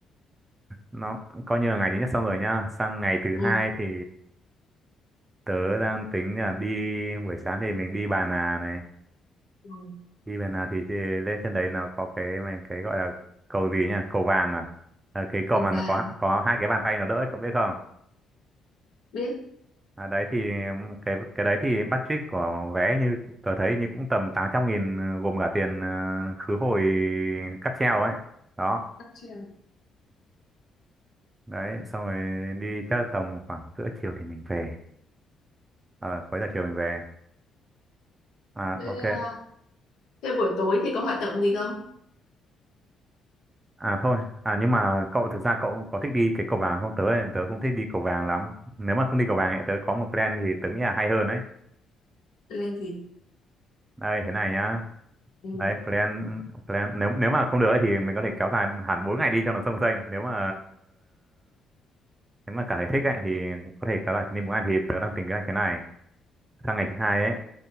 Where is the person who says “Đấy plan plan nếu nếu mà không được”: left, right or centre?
Right